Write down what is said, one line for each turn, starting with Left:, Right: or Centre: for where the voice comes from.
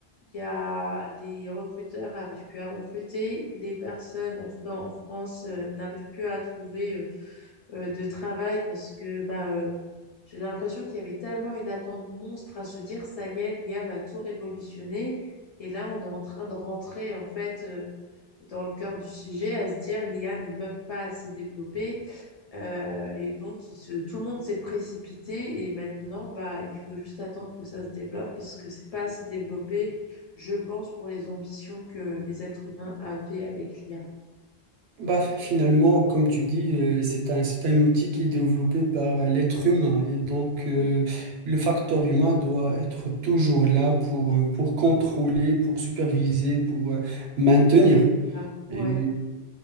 Left: il y a les recruteurs n'arrivent plus à recruter. Les personnes, en tout cas en France, euh, n'arrivent plus à trouver euh, euh, de travail parce que bah, euh, J'ai l'impression qu'il y avait tellement une attente monstre à se dire, ça y est, l'IA va tout révolutionner. Et là, on est en train de rentrer, en fait, euh, dans le cœur du sujet, à se dire, l'IA n'est même pas assez développée. Euh, et donc, il se, tout le monde s'est précipité. Et maintenant, bah, il faut juste attendre que ça se développe parce que c'est pas assez développé, je pense, pour les ambitions que les êtres humains avaient avec l'IA.
Right: bah, finalement, comme tu dis, euh, c'est un, c'est un outil qui est développé par euh, l'être humain et donc euh,
Left: Oui,
Right: le facteur humain doit être toujours là pour, euh, pour contrôler, pour superviser, pour euh, maintenir.
Left: ah,
Right: Et
Left: ouais.